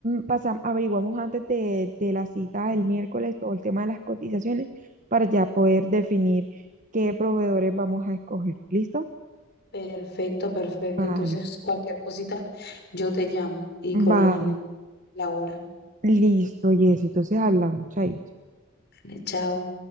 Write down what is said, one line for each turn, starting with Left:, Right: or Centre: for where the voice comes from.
Right: Pasamos, averiguamos antes de, de la cita del miércoles todo el tema de las cotizaciones para ya poder definir qué proveedores vamos a escoger. ¿Listo?
Left: Perfecto, perfecto.
Right: Vale,
Left: Entonces, cualquier cosita, yo te llamo y
Right: vale.
Left: coordinamos la hora.
Right: Listo, Jessy, entonces hablamos, chaito.
Left: Vale, chao.